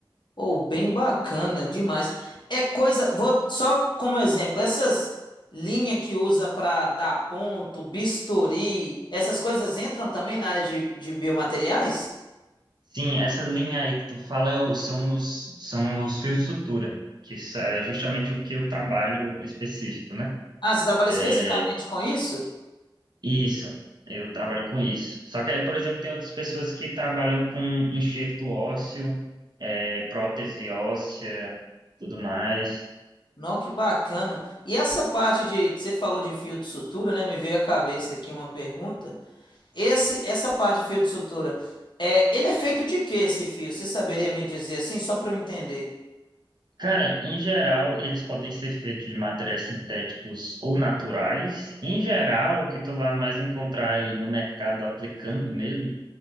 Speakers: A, on the left; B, on the right.
A: Ou bem bacana demais. É coisa, vou só como exemplo, essas linhas que usa para dar ponto, bisturi, essas coisas entram também na área de, de biomateriais?
B: Sim, essa linha aí que tu fala é o- são os, são os fios de sutura, que isso é justamente o que eu trabalho específico, né?
A: Ah, você trabalha especificamente
B: É,
A: com isso?
B: Isso, eu trabalho com isso. Só que aí, por exemplo, tem outras pessoas que trabalham com enxerto ósseo, é, prótese óssea, tudo mais.
A: Não, que bacana. E essa parte de, você falou de fio de sutura, né? Me veio à cabeça aqui uma pergunta. Esse, essa parte de fio de sutura, é, ele é feito de que esse fio? Você saberia me dizer assim, só para eu entender?
B: Cara, em geral, eles podem ser feitos de materiais sintéticos ou naturais. Em geral, o que tu vai mais encontrar aí no mercado aplicando mesmo